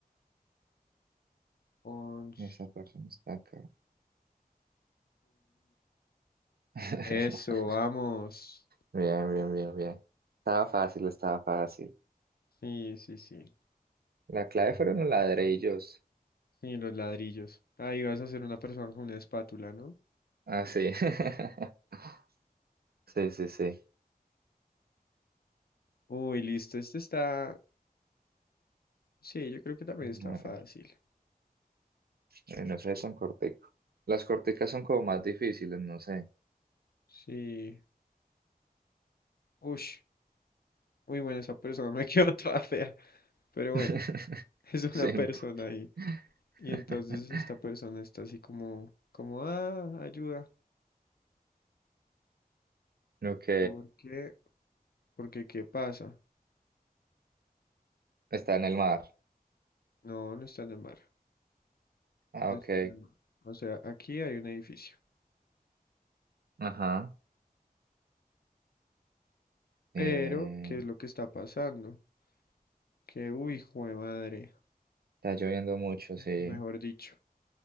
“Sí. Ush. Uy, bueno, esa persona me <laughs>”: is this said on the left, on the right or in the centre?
Left